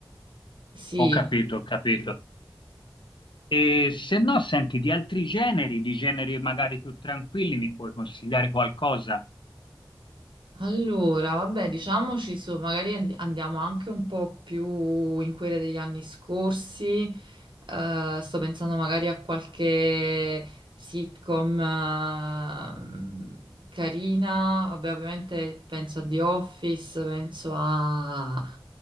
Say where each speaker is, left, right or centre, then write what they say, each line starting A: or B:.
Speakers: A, on the right; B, on the left.
A: Sì,
B: Ho capito, ho capito. E se no, senti, di altri generi, di generi magari più tranquilli, mi puoi consigliare qualcosa?
A: allora, vabbè, diciamoci su, magari and- andiamo anche un po' più in quelle degli anni scorsi. Eh, sto pensando magari a qualche sitcom ehm, carina. Vabbè, ovviamente penso a The Office, penso a